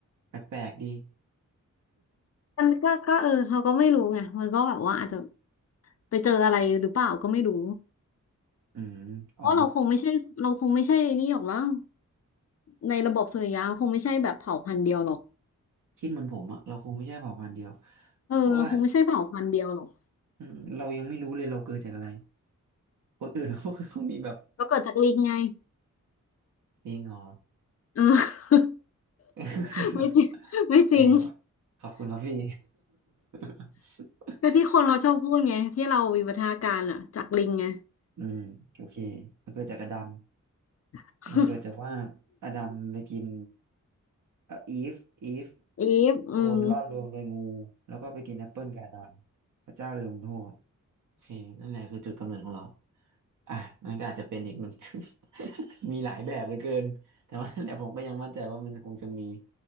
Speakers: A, on the right; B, on the left.
A: แปลกๆดี
B: มันก็ก็เออเราก็ไม่รู้ไงมันก็แบบว่าอาจจะไปเจออะไรหรือเปล่าก็ไม่รู้
A: <laughs> อืมอ๋อ
B: เพราะเราคงไม่ใช่เราคงไม่ใช่นี่หรอกมั้งในระบบสุริยะคงไม่ใช่แบบเผ่าพันธุ์เดียวหรอก
A: คิดเหมือนผมอะเราคงไม่ใช่เผ่าพันธุ์เดียว
B: เออเราคงไม่ใช่เผ่าพันธุ์เดียวหรอก
A: เพราะว่าอืมเรายังไม่รู้เลยเราเกิดจากอะไรคนอื่น <laughs> เขาก็มีแบบ
B: เราเกิดจากลิงไง
A: จริงเหรอ
B: เออ
A: <laughs>
B: <laughs> ไม่จริงไม่จริง
A: โอเคครับขอบคุณครับพี่ <laughs>
B: ก็ที่คนเขาชอบพูดไงที่เราวิวัฒนาการอ่ะจากลิงไง
A: อืมโอเคมันเกิดจากอดัม
B: <laughs>
A: มันเกิดจากว่าอดัมไปกินเอ่ออีฟอีฟ
B: อีฟอืม
A: โดนล่อลวงโดยงูแล้วก็ไปกินแอปเปิลกับอดัมพระเจ้าเลยลงโทษโอเคนั่นแหละคือจุดกำเนิดของเราอ่ะมันก็อาจจะเป็นอีกหนึ่ง <laughs> มีหลายแบบเหลือเกินแต่ว่านั่นแหละผมก็ยังมั่นใจว่ามันคงจะมี